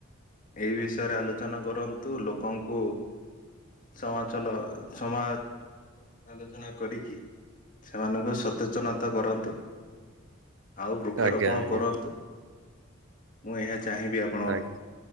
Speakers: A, on the left; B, on the right.
A: ଏହି ବିଷୟରେ ଆଲୋଚନା କରନ୍ତୁ। ଲୋକଙ୍କୁ ସମାଚଲ ସମାଜ ଆଲୋଚନା କରିକି ସେମାନଙ୍କୁ ସଚେତନତା କରନ୍ତୁ। ଆଉ ବୃକ୍ଷରୋପଣ
B: ଆଜ୍ଞା ଆଜ୍ଞା
A: କରନ୍ତୁ। ମୁଁ ଏହା ଚାହିଁବି ଆପ
B: ଆଜ୍ଞା।